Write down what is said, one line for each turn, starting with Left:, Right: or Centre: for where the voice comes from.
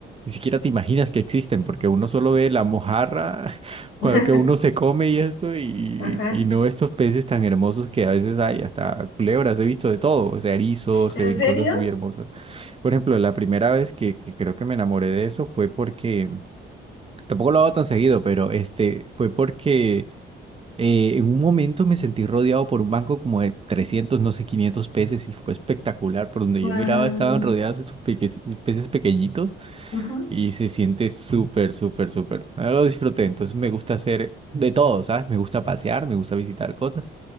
Right: Ni siquiera te imaginas que existen, porque uno solo ve la mojarra
Left: <laughs>
Right: cuando que uno se come y esto, y,
Left: Ajá.
Right: y no estos peces tan hermosos que a veces hay, hasta culebras, he visto de todo, o sea, erizos,
Left: ¿En
Right: se ven
Left: serio?
Right: cosas muy hermosas. Por ejemplo, la primera vez que, que creo que me enamoré de eso fue porque, tampoco lo hago tan seguido, pero este, fue porque eh, en un momento me sentí rodeado por un banco como de 300 no sé, 500 peces y fue espectacular, por donde
Left: Guau.
Right: yo miraba estaban rodeados esos peque- peces pequeñitos
Left: Ujú.
Right: y se siente súper, súper, súper. Ah, Lo disfruté, entonces me gusta hacer de todo, ¿sabes? Me gusta pasear, me gusta visitar cosas.